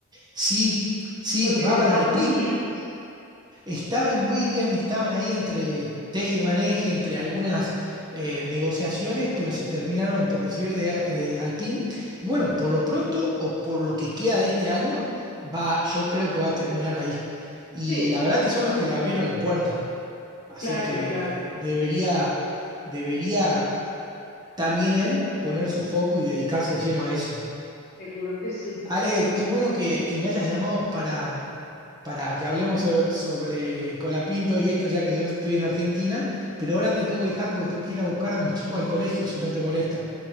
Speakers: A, on the right; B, on the left.
A: Sí, sí,
B: Porque
A: va
B: le estaban
A: para Alpine.
B: Williams.
A: Estaba en Williams, estaban ahí entre teje y maneje, entre algunas eh, negociaciones, pero se terminaron por decir de, de Alpine. Y bueno, por lo pronto o por lo que queda de este año, va, yo creo que va a terminar ahí. Y
B: Sí,
A: la verdad que son los que le abrieron la puerta. Así
B: claro,
A: que
B: claro,
A: debería, debería también él poner su foco y dedicarse de lleno a eso.
B: seguro que sí.
A: Ale, qué bueno que, que me hayas llamado para, mm, para que hablemos so- sobre Colapinto y esto, ya que yo estoy en Argentina, pero ahora te tengo que dejar porque tengo que ir a buscar a mis chicos al colegio, si no te molesta.